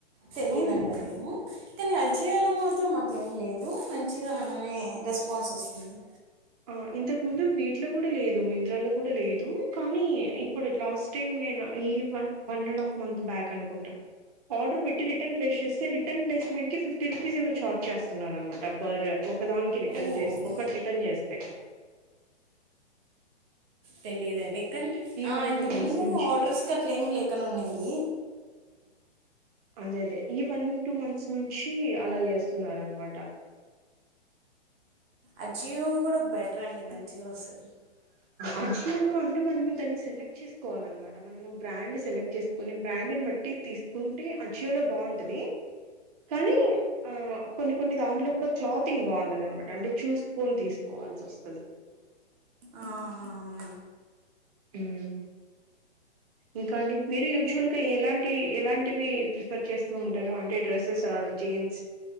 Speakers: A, on the right; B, on the right.
A: సేల్ లేదంట
B: అవును
A: ఊ కనీ అజయాలో మాత్రం ట్లేం లేదు మంచిగానే రెస్పాన్స్ వస్తుంది
B: ఆ ఇంతక్ ముందు వీటిలో కూడా లేదు మిత్రాలో కూడా లేదు కానీ ఇప్పుడు లాస్ట్ టైం నేను ఈ one one and half month back అనుకుంట ఆర్డర్ పెట్టి రిటర్న్ ప్లేస్ చేస్తే రిటర్న్ ప్లేస్మెంట్ కి ఫిఫ్టీ రూపీస్ ఏమో ఛార్జ్ చేస్తున్నన్నారన్మాట పర్ ఒకదానికి రిటర్న్
A: ఓ
B: చేస్ ఒకటి రిటర్న్ జేస్తె
A: తెలియదండి కనీ ఆ
B: వన్
A: ఇంతకుముందూ
B: టూ మంత్స్ నుంచి
A: ఆర్డర్స్కట్లేం లేకనుండింది
B: అదేదే ఈ వన్ టూ మంత్స్ నుంచీ అలా జేస్తున్నారన్మాట
A: అచీవ్ గూడ బెట్రండి మంచిగొస్తది
B: అచీవ్ లో అంటే మనం దాన్ని సెలెక్ట్ చేసుకోవాలన్మాట మనము బ్రాండ్ సెలెక్ట్ చేసుకొని బ్రాండ్ బట్టి తీసుకుంటే అచీవ్ లో బావుంటదీ కానీ ఆ కొన్ని కొన్ని దాంట్లో కూడా క్లాతింగ్ బాగుండదన్మాట అంటే చూసుకొని తీసుకొ వాల్సొస్తది
A: ఆ అవున
B: ఉమ్మ్మ్ ఇంకా అండి మీరు యూజ్వల్ గా ఎలాంటి ఎలాంటివి ప్రిఫర్ చేస్తూ ఉంటారు అంటే డ్రెస్సెస్ ఆరు ఇంచ్